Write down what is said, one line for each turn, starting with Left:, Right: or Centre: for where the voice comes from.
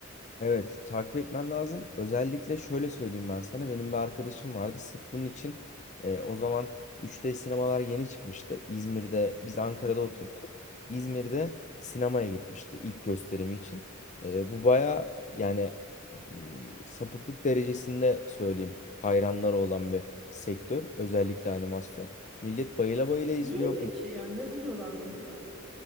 Left: Evet, takip etmen lazım. Özellikle şöyle söyleyeyim ben sana. Benim bir arkadaşım vardı. Sırf bunun için e, o zaman 3D sinemalar yeni çıkmıştı. İzmir'de, biz Ankara'da
Centre: Hı.
Left: oturuyorduk. İzmir'de sinemaya gitmişti ilk gösterimi için. E, bu baya yani m, sapıklık derecesinde söyleyeyim hayranları olan bir sektör. Özellikle animasyon. Millet bayıla bayıla izliyor.
Centre: Niye peki yani ne buluyorlar bunda?